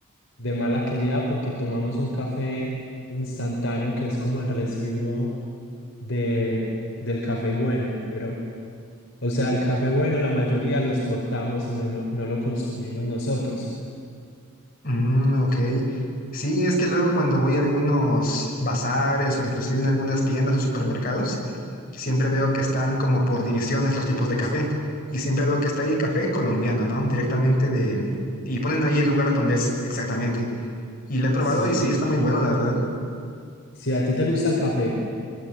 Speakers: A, on the left; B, on the left.
A: de mala calidad porque tomamos un café instantáneo que es como el residuo de, del café bueno, pero o sea, el café bueno la mayoría lo exportamos y no, no, no lo consumimos nosotros.
B: Mm, ok. Sí, es que luego cuando voy a algunos bazares o inclusive en algunas tiendas o supermercados, siempre veo que están como por divisiones los tipos de café. Y siempre veo que está ahí café colombiano, ¿no? Directamente de... Y ponen ahí el lugar donde es exactamente. Y lo he probado
A: Sí,
B: y sí, está muy bueno, la verdad.
A: si a ti te gusta el café,